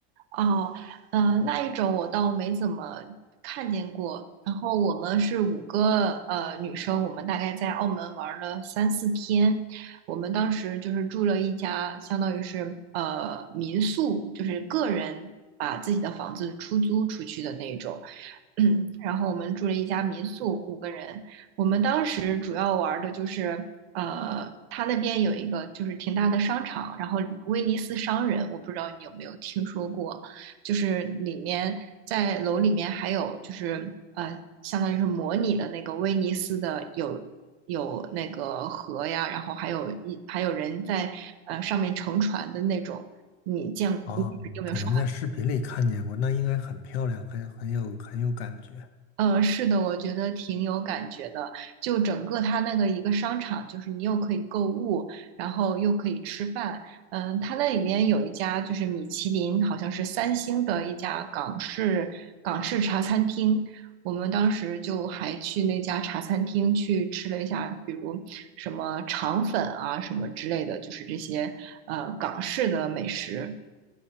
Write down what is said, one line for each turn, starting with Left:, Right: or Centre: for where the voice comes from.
Right: 哦，呃，那一种我倒没怎么看见过。然后我们是五个呃女生，我们大概在澳门玩了三四天。我们当时就是住了一家，相当于是呃民宿，就是个人把自己的房子出租出去的那种。<clears throat> 嗯，然后我们住了一家民宿，五个人。我们当时主要玩的就是，呃，他那边有一个就是挺大的商场，然后威尼斯商人，我不知道你有没有听说过，就是里面在楼里面还有就是呃，相当于是模拟的那个威尼斯的有有那个河呀，然后还有一还有人在呃上面乘船的那种，你见你有没有？
Left: 啊。可能在视频里看见过，
Right: 刷？
Left: 那应该很漂亮，很很有很有感觉。
Right: 呃，是的，我觉得挺有感觉的。就整个它那个一个商场，就是你又可以购物，然后又可以吃饭。嗯，它那里面有一家就是米其林，好像是三星的一家港式港式茶餐厅。我们当时就还去那家茶餐厅去吃了一下，比如什么肠粉啊什么之类的，就是这些呃港式的美食。